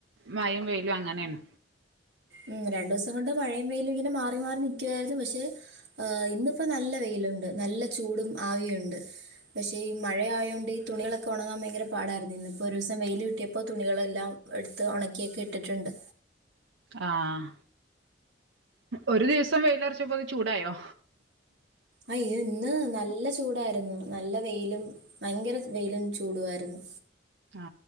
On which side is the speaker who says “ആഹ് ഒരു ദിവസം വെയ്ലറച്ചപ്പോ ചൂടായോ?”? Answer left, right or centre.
Right